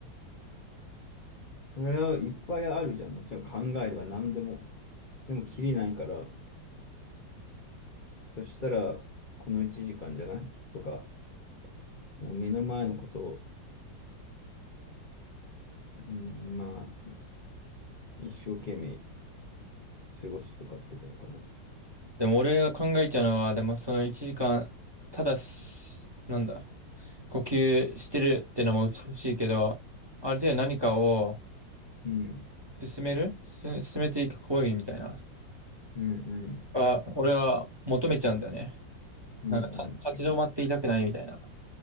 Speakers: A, on the left (about 75°); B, on the right (about 20°).
A: それはいっぱいあるじゃん。もちろん考えは何でも。でもきりないから、そしたらこの1時間じゃないとか、もう目の前のことを、うん、まあ一生懸命過ごすとかってことかな。
B: でも俺が考えちゃうのは、でもその1時間、ただし、なんだ。呼吸してるってのも美しいけど、ある程度何かを
A: うん。
B: 進めるす進めていく行為みたいな。
A: うんうん。
B: あ、俺は求めちゃうんだよね。
A: うん
B: なんかた立ち止まっていたくないみたいな。
A: うん。